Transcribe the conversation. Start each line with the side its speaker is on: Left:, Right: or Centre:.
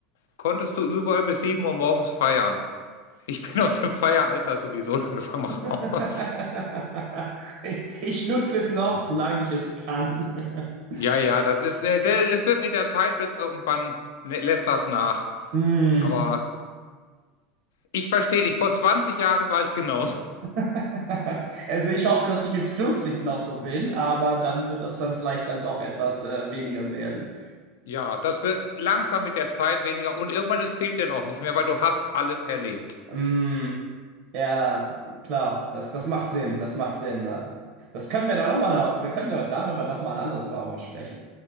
Left: konntest du überall bis 7 Uhr morgens feiern. Ich bin aus dem Feieralter sowieso <laughs> langsam raus.
Right: <laughs> Ich, ich nutze es noch, solange ich es kann. <laughs>
Left: Ja, ja, das ist, äh, der, es wird mit der Zeit, wird's irgendwann, ne, lässt das nach.
Right: Mm.
Left: Aber ich verstehe dich, vor 20 Jahren war ich genauso.
Right: <laughs> Also ich hoffe, dass ich bis 40 noch so bin, aber dann wird das dann vielleicht dann doch etwas äh, weniger werden.
Left: Ja, das wird langsam mit der Zeit weniger und irgendwann es fehlt dir noch nicht mehr, weil du hast alles erlebt.
Right: Mm, ja, klar, das, das macht Sinn, das macht Sinn. ne? Das können wir dann nochmal, wir können ja darüber nochmal ein anderes Mal aber sprechen.